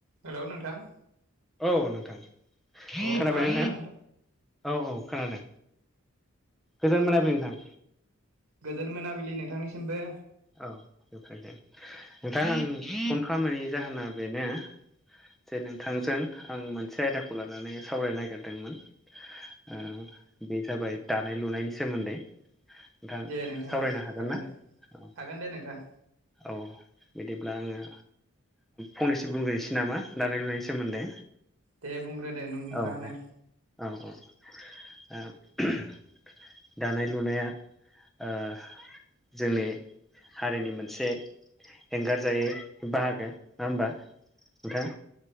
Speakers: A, on the right; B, in the centre.
A: हेल' नोंथां
B: औ नोंथां खोनाबायना
A: अ खोनादों ना
B: नोंथां? औ औ खोनादों गोजोन मोनाबिलि नोंथां।
A: गोदोन मोनाबिलि नोंथांनिसिमबो।
B: औ नोंथांजों नोंथां आं फन खालामनायनि जाहोना बेनो जे नोंथांजों आं मोनसे आयदाखौ लानानै सावरायनो नागिरदोंमोन ओ-बे जाबाय दानाय लुनायनि सोमोन्दै। नोंथां
A: दे नोंथां
B: सावरायनो
A: दे हागोन
B: ना
A: -दे
B: औ
A: हागोन दे नोंथां।
B: औ बिदिब्ला आङो फंनैसो बुंग्रोनोसै नामा दानाय- लुनायनि सोमोन्दै।
A: दे बुंग्रोदो नोंथाङानो।
B: औ औ औ ओ- दानाय लुनाया ओ-जोंनि हारिनि मोनसे एंगारजायै बाहागो नङा होमबा? नोंथां